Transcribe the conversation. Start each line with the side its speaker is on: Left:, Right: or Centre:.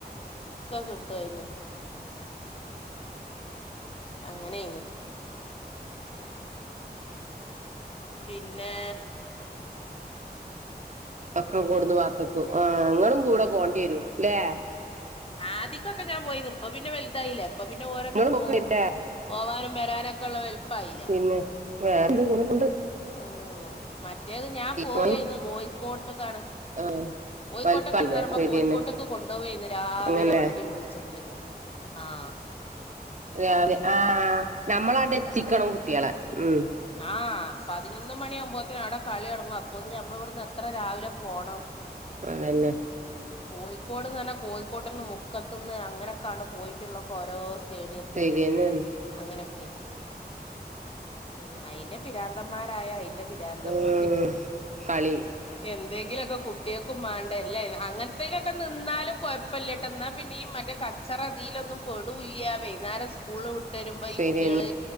Left: ഒക്കെ കിട്ടായിര്ന്ന് അങ്ങനെയ്ന്ന് പിന്നെ
Right: ഒക്കെ കൊണ്ടന്ന് പത്തെക്കും ആഹ് ങ്ങളും കൂടെ പോണ്ടിരുംല്ലേ
Left: ആദിക്കൊക്കെ ഞാൻ പോയിന്ന് ഇപ്പ പിന്നെ വലുതായിലെ ഇപ്പ പിന്നെ ഓരോന്നെ
Right: ഇങ്ങളും
Left: പോവും
Right: പൊക്കല്ലേ
Left: പോവാനും വരാനൊക്കെള്ള വെൽപയിലെ
Right: പിന്നെ വേറെന്ത ഇങ്ങനെ പോവ്ണ്ട്
Left: ഉം മറ്റേത് ഞാൻ പോവായിരുന്നു
Right: മോൻ
Left: കോഴിക്കോട്ട്ക്കാണ്.
Right: ആ
Left: കോഴിക്കോട്ടക്കണെന്ന്
Right: വലിപ്പായില്ലേ
Left: പറയുമ്പോ
Right: ശരിയെന്നെ
Left: കോഴിക്കോട്ടേക്ക് കൊണ്ടുപോയിന്ന് രാവിലെ
Right: അങ്ങനെ
Left: വണ്ടിയും വിളിച്ചിട്ട്. ആഹ്.
Right: രാവിലെ ആ നമ്മളണ്ട് എത്തിക്കണം
Left: ആഹ്
Right: കുട്ടികളെ ഉം
Left: ആഹ് പതിനൊന്ന് മണിയാകുമ്പോത്തേന് അവിടെ കളി തൊടങ്ങും അപ്പോത്തിന് നമ്മള് ഇവിടുന്ന് എത്ര രാവിലെ പോണം.
Right: അതന്നെ.
Left: കോഴിക്കോട്ന്ന് പർഞ്ഞാ കോഴിക്കോട്ട നിന്ന് മുക്കത്ത് നിന്ന് അങ്ങനെയൊക്കണ് പോയിട്ടുള്ളൊക്കെ ഓരോ. സ്റ്റേഡിയത്തില്
Right: ശരിയെന്നെയാണ്
Left: അങ്ങനെയൊക്കെയ് ഉം അയിന്റെ പിരാന്തന്മാരായ അയിന്റെ. പിരാന്തന്മാര്
Right: ഉം കളി
Left: എന്തെങ്കിലൊക്കെ കു കുട്ടിയാക്കും വേണ്ട എല്ല അങ്ങനത്തേലൊക്കെ നിന്നാലും കുഴപ്പമില്ലട്ട എന്നാൽ പിന്നെ ഈ മറ്റേ ക ച്ചറ ഇതിലൊന്നും പെടൂല്ല വൈകുന്നേരം സ്കൂള് വിട്ട് വരുമ്പോ
Right: ശരിയെന്നെ
Left: ഈ കുട്ടികള്.